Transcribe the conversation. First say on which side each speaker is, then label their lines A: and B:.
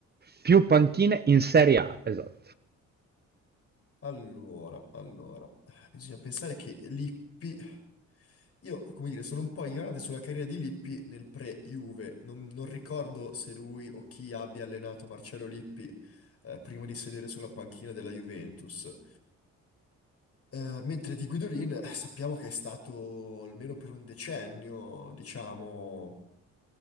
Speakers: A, on the right (about 35°); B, on the left (about 50°).
A: Più panchine in Serie A, esatto.
B: Allora, allora, bisogna pensare che Lippi, io come dire, sono un po' ignorante sulla carriera di Lippi nel pre-Juve, non, non ricordo se lui o chi abbia allenato Marcello Lippi eh, prima di sedere sulla panchina della Juventus. Eh, mentre di Guidolin eh, sappiamo che è stato almeno per un decennio, diciamo